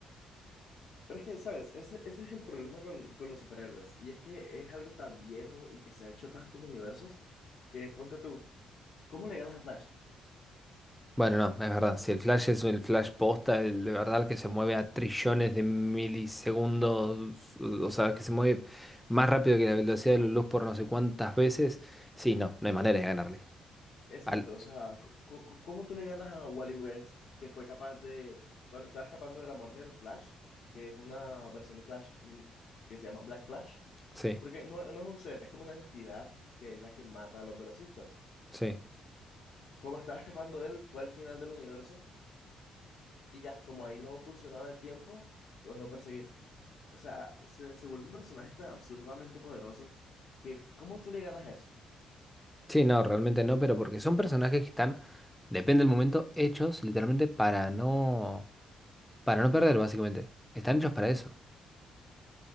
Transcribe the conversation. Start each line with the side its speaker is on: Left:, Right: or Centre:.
Left: Pero es que, ¿sabes? Ese, ese es el problema con, con los superhéroes. Y es que es algo tan viejo y que se ha hecho tantos universos que ponte tú, ¿cómo le ganas a Flash?
Centre: Bueno, no, es verdad. Si el flash es el flash posta, el de verdad que se mueve a trillones de milisegundos, o sea, que se mueve más rápido que la velocidad de la luz por no sé cuántas veces, sí, no, no hay manera de ganarle.
Left: Exacto,
Centre: Al...
Left: o sea, co- co- co- ¿cómo tú le ganas a Wally West, que fue capaz de, cuando estaba escapando de la muerte de los Flash, que es una versión de Flash mm, que se llama Black Flash?
Centre: Sí,
Left: Porque no, no es un ser, es como una entidad que es la que mata a los velocistas.
Centre: sí.
Left: Como estaba escapando de él, fue al final del universo y ya, como ahí no funcionaba el tiempo, lo dejó perseguir. O sea, se, se vuelven personajes tan absurdamente poderosos que ¿cómo tú le ganas a eso?
Centre: Sí, no, realmente no, pero porque son personajes que están, depende del momento, hechos literalmente para no, para no perder, básicamente. Están hechos para eso.